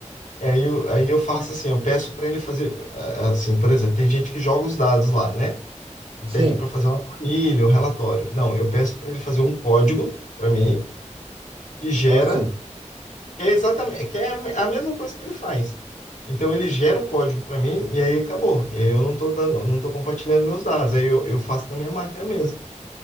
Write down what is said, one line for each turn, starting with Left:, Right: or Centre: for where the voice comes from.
Left: aí eu, aí eu faço assim, eu peço para ele fazer, ah, assim, por exemplo, tem gente que joga os dados lá, né? E
Right: Sim.
Left: pede para fazer uma planilha, um relatório. Não, eu peço para ele fazer um código para mim, que gera
Right: Ah, sim.
Left: é exatamente, que é a a mesma coisa que ele faz. Então ele gera o código para mim e aí acabou. E aí eu não estou dando, não tô compartilhando meus dados. Aí eu, eu faço na minha máquina mesmo,